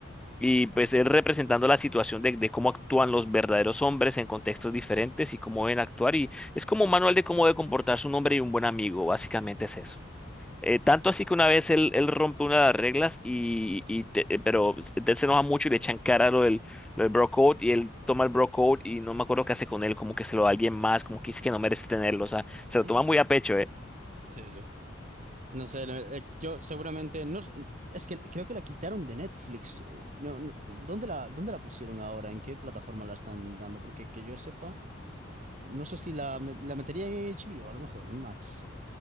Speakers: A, in the centre; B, on the right.
A: Y pues él representando la situación de, de cómo actúan los verdaderos hombres en contextos diferentes y cómo deben actuar. Y es como un manual de cómo debe comportarse un hombre y un buen amigo, básicamente es eso. Eh, tanto así que una vez él, él rompe una de las reglas, y, y te- eh, pero él se enoja mucho y le echan cara lo del, lo del bro code y él toma el bro code y no me acuerdo qué hace con él, como que se lo da a alguien más, como que dice que no merece tenerlo, o sea, se lo
B: <laughs>
A: toma muy a pecho, ¿eh?
B: Sí, sí. No sé, eh, yo seguramente, no, s- es que creo que la quitaron de Netflix. eh, No, no- ¿dónde la, dónde la pusieron ahora? ¿En qué plataforma la están dando? Porque que yo sepa. No sé si la, me- la metería en H B o a lo mejor, en Max.